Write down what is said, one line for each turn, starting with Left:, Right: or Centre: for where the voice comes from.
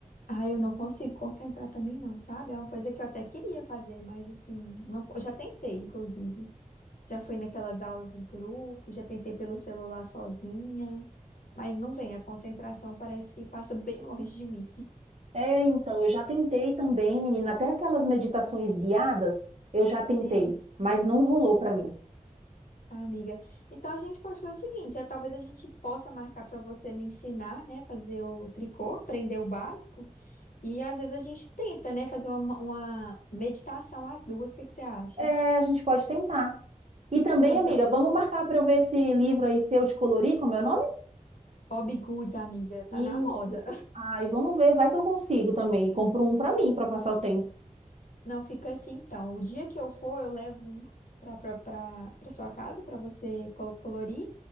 Left: Ah, eu não consigo concentrar também não, sabe? É uma coisa que eu até queria fazer, mas assim, não, eu já tentei, inclusive. Já fui naquelas aulas em grupo, já tentei pelo celular sozinha, mas não vem, a concentração parece que passa bem <laughs> longe de mim.
Right: É, então, eu já tentei também, menina, até aquelas meditações guiadas, eu já tentei,
Left: Sei.
Right: mas não rolou pra mim.
Left: Ah, amiga. Então a gente pode fazer o seguinte, é, talvez a gente possa marcar para você me ensinar, né, fazer o tricô, aprender o básico, e às vezes a gente tenta, né, fazer uma, uma meditação às duas, o que que você acha?
Right: É, a gente pode tentar. E também,
Left: Ah, então,
Right: amiga, vamos marcar para eu ver esse livro aí seu de colorir, como é o nome?
Left: Bob Goods, amiga, tá
Right: Isso.
Left: na moda.
Right: Ai, vamos ver, vai que eu consigo também. Compro um pra mim, pra passar o tempo.
Left: <laughs> Não fica assim, então. O dia que eu for, eu levo um para para para sua casa para você col- colorir